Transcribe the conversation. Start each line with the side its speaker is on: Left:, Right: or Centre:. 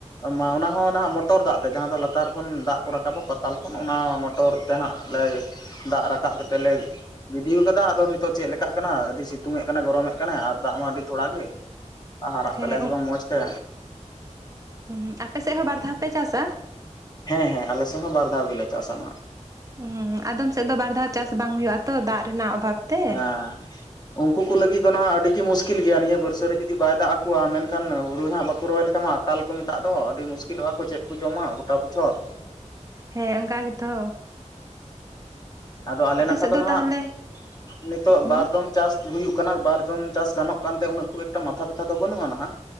Left: ᱢᱟᱸ ᱚᱱᱟ ᱦᱚᱸ ᱱᱟᱦᱟᱜ ᱢᱚᱴᱚᱨ ᱫᱟᱜ ᱛᱮ ᱡᱟᱦᱟᱸ ᱫᱚ ᱞᱟᱛᱟᱨ ᱠᱷᱚᱱ ᱫᱟᱜ ᱠᱚ ᱨᱟᱠᱟᱵᱟ ᱯᱟᱛᱟᱞ ᱠᱷᱚᱱ ᱚᱱᱟ ᱢᱚᱴᱚᱨ ᱢᱚᱴᱚᱨ ᱛᱮ ᱱᱟᱦᱟᱸᱜ ᱞᱮ ᱫᱟᱜ ᱨᱟᱠᱟᱵ ᱠᱟᱛᱮᱜ ᱞᱮ ᱜᱤᱰᱤ ᱟᱠᱟᱫᱟ ᱟᱫᱚ ᱱᱤᱛᱚᱜ ᱪᱮᱫᱠᱟᱜ ᱠᱟᱱᱟ ᱟᱹᱰᱤ ᱥᱤᱛᱩᱝ ᱮᱫ ᱠᱟᱱᱮ ᱜᱚᱨᱚᱢᱮᱫ ᱠᱟᱱᱮ ᱟᱨ ᱫᱟᱜ ᱢᱟ ᱟᱹᱰᱤ ᱛᱷᱚᱲᱟ ᱜᱮ ᱦᱟᱨᱟᱜ
Right: ᱦᱮᱸ
Left: ᱛᱟᱞᱮᱭᱟ ᱥᱮ ᱵᱟᱝ ᱢᱚᱸᱡᱽ ᱛᱮ?
Right: ᱦᱚᱸ ᱦᱳᱸ ᱟᱯᱮ ᱥᱮᱫ ᱦᱚᱸ ᱵᱟᱨ ᱫᱷᱟᱣ ᱯᱮ ᱪᱟᱥᱟ?
Left: ᱦᱮᱸ ᱦᱮᱸ ᱟᱞᱮ ᱥᱮᱫ ᱦᱚᱸ ᱵᱟᱨ ᱫᱷᱟᱣ ᱜᱮ ᱞᱮ ᱪᱟᱥᱟ ᱱᱟᱦᱟᱜ᱾
Right: ᱦᱚᱸ ᱟᱫᱚᱢ ᱥᱮᱫ ᱫᱚ ᱵᱟᱨ ᱫᱷᱟᱣ ᱪᱟᱥ ᱵᱟᱝ ᱦᱩᱭᱩᱜᱼᱟ ᱛᱚ ᱫᱟᱜ ᱨᱮᱱᱟᱜ ᱚᱵᱷᱟᱵᱽ ᱛᱮ᱾
Left: ᱟᱸᱸᱸᱦ ᱩᱱᱠᱩ ᱠᱩ ᱞᱟᱹᱜᱤᱫ ᱫᱚ ᱱᱟᱦᱟᱜ ᱟᱹᱰᱤ ᱜᱮ ᱢᱩᱥᱠᱤᱞ ᱜᱮᱭᱟ ᱱᱤᱭᱟᱹ ᱵᱟᱹᱨᱥᱟᱹ ᱨᱮ ᱡᱩᱫᱤ ᱵᱟᱭ ᱫᱟᱜ ᱟᱠᱚᱣᱟ ᱢᱮᱱᱠᱷᱟᱱ ᱦᱩᱲᱩ ᱦᱟᱸᱜ ᱵᱟᱠᱚ ᱨᱚᱦᱚᱭ ᱞᱮᱠᱷᱟᱱ ᱢᱟ ᱟᱠᱟᱞ ᱠᱚ ᱢᱮᱛᱟᱜ ᱫᱚ ᱟᱹᱰᱤ ᱢᱩᱥᱠᱤᱞᱚᱜᱼᱟ ᱠᱚ ᱪᱮᱫ ᱠᱚ ᱡᱚᱢᱟ ᱜᱚᱴᱟ ᱵᱚᱪᱷᱚᱨ
Right: ᱦᱮᱸ ᱚᱱᱠᱟ ᱜᱮᱛᱷᱚ
Left: ᱟᱫᱚ ᱟᱞᱮ ᱱᱟᱠᱷᱟ
Right: ᱥᱮᱫ
Left: ᱫᱚ ᱱᱟᱦᱟᱜ
Right: ᱛᱟᱦᱚᱞᱮ
Left: ᱱᱤᱛᱚᱜ
Right: ᱦᱩᱸ
Left: ᱵᱟᱨ ᱫᱚᱢ ᱪᱟᱥ ᱦᱩᱭᱩᱜ ᱠᱟᱱᱟ ᱵᱟᱨ ᱫᱚᱱ ᱪᱟᱥ ᱜᱟᱱᱚᱜ ᱠᱟᱱᱛᱮ ᱩᱱᱟᱹᱜ ᱠᱷᱩᱵ ᱮᱠᱴᱟ ᱢᱟᱛᱷᱟ ᱵᱮᱛᱷᱟ ᱫᱚ ᱵᱟᱹᱱᱩᱜᱼᱟ ᱦᱟᱜ ᱱᱟᱦᱟᱜ